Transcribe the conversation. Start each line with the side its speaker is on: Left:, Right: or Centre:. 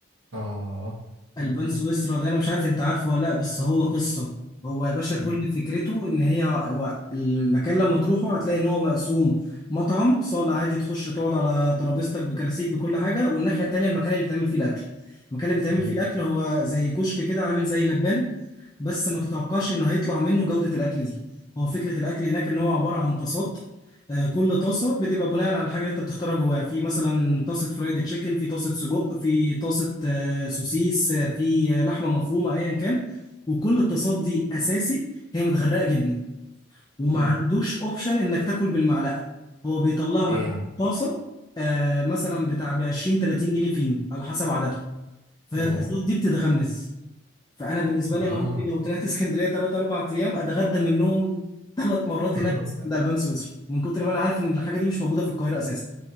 Right: اه
Left: البان
Right: البان
Left: سويسرا ده انا مش عارف انت عارفه ولا لا بس هو قصه
Right: سويسرا.
Left: هو يا باشا كل
Right: امم
Left: فكرته ان هي هو المكان لما تروحه هتلاقي ان هو مقسوم مطعم صاله عادي تخش تقعد على ترابيزتك بكراسيك بكل حاجه والناحيه التانيه المكان اللي بيتعمل فيه الاكل المكان اللي بيتعمل
Right: جميل
Left: فيه الاكل هو زي كشك كده عامل زي لبان بس ما تتوقعش ان هيطلع منه جوده الاكل دي هو فكره الاكل هناك ان هو عباره عن طاسات آه، كل طاسه بتبقى بناء على الحاجه اللي انت بتختارها جواها في مثلا طاسه فرايد تشيكن في طاسه سجق في طاسه آه، سوسيس آه، في آه، لحمه مفرومه ايا كان وكل الطاسات دي اساسي هي متغرقه جبنه وما
Right: حلو
Left: عندوش اوبشن انك تاكل بالمعلقه هو بيطلع لك
Right: ايه يا عم
Left: طاسه آه، مثلا بتاع ب 20 30 جنيه فينو على حسب عددكم فالطاسات
Right: ياه
Left: دي بتتغمز فانا بالنسبه لي
Right: اه
Left: انا ممكن لو طلعت اسكندريه ثلاث اربع ايام اتغدى منهم ثلاث مرات
Right: <laughs>
Left: هناك عند البان سويسرا من كتر ما انا عارف ان الحاجه دي مش موجوده في القاهره اساسا